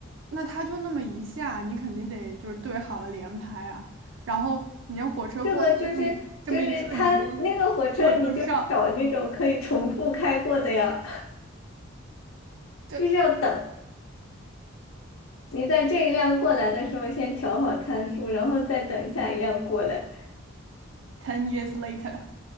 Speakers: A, on the right; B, on the left.
A: 那它就那么一下，你肯定得就是对好了连拍啊。然后你要火车过来的这么这么一瞬间，
B: 这个就是就是它那个火车，
A: 如果对不上，
B: 你就找那种可以重复开过的呀，<laughs>
A: 这
B: 就是要等你在这一辆过来的时候，先调好参数，然后再等下一辆过来。
A: ten years later，